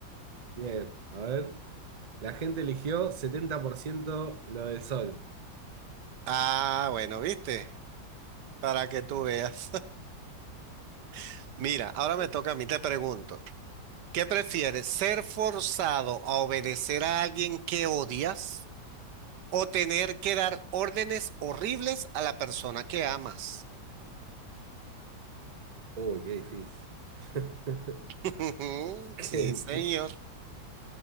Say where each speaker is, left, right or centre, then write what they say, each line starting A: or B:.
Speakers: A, on the right; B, on the right.
A: Bien, a ver. La gente eligió setenta por ciento lo del sol.
B: Ah, bueno, viste, para que tú veas. <laughs> Mira, ahora me toca a mí, te pregunto. ¿Qué prefieres? ¿Ser forzado a obedecer a alguien que odias o tener que dar órdenes horribles a la persona que amas?
A: Uy, qué difícil. <laughs>
B: <laughs>
A: Qué difícil.
B: Sí, señor.